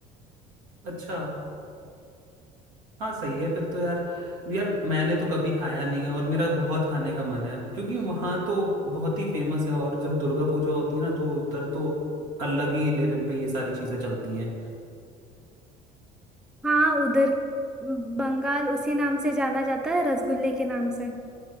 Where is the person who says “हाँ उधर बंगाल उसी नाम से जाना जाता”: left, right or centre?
Centre